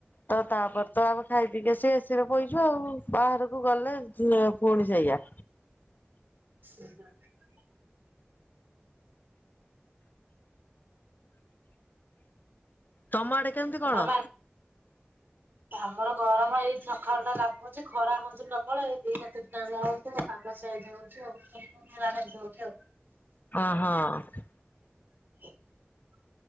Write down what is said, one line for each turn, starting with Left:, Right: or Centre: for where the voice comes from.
Left: ତ ତାପରେ ତ ଆମେ ଖାଇ ପିକି ସେ ଏସିି ରେ ପଇଚୁ ଆଉ ବାହାରକୁ ଗଲେ ପୁଣି ସେଇଆ।
Right: <inaudible>
Left: ତମ କେମିତି କଣ?
Right: ଆମ ଆମର ଗରମ ଏଇ ସକାଳୁ ଟା ଲାଗୁଛି ଖରା ହଉଛି ପ୍ରବଳ ଏଇ ଦିଟା ତିନି ଟା ଯାଉଛି ପାଗ ସିଆଳିଟା ଦଉଚି ଆଉ ଦଉଚି ଆଉ।
Left: ହଁ ହଁ
Right: <inaudible>